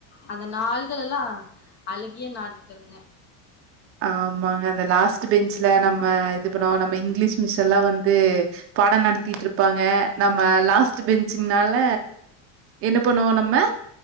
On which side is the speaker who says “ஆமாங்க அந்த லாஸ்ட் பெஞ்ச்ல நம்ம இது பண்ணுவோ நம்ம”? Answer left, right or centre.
Right